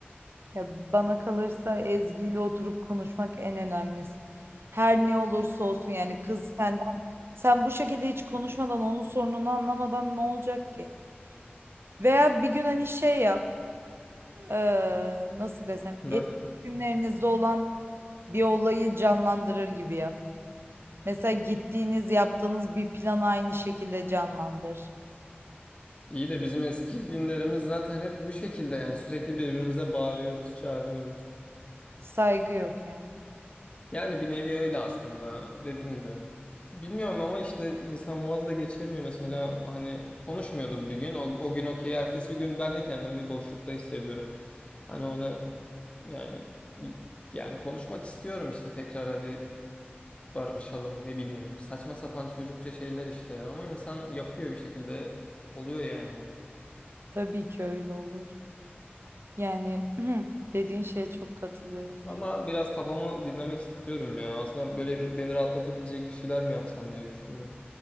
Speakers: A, on the right; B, on the left.
A: Ya bana kalırsa Ezgi ile oturup konuşmak en önemlisi. Her ne olursa olsun yani kız sen Sen bu şekilde hiç konuşmadan onun sorununu anlamadan ne olacak ki? Veya bir gün hani şey yap, eee, nasıl desem,
B: Ne
A: eski
B: yapayım?
A: günlerinizde olan bir olayı canlandırır gibi yap. Mesela gittiğiniz, yaptığınız bir planı aynı şekilde canlandır.
B: İyi de bizim eski günlerimiz zaten hep bu şekilde yani sürekli birbirimize bağırıyoruz, çağırıyoruz.
A: Saygı yok yani.
B: Yani bir nevi öyle aslında dediğim gibi. Bilmiyorum ama işte insan vaz da geçemiyor mesela hani konuşmuyoruz bir gün o, o gün okey ertesi gün ben de kendimi bir boşlukta hissediyorum. Hani ona Yani yani konuşmak istiyorum işte tekrar hadi barışalım ne bileyim. Saçma sapan çocukça şeyler işte ama insan yapıyor bir şekilde oluyor yani.
A: Tabii ki öyle olur. Yani <clears throat> dediğin şeye çok katılıyorum.
B: Ama biraz kafamı dinlemek istiyorum ya. Aslında böyle beni rahatlatabilecek bir şeyler mi yapsam diye düşünüyorum.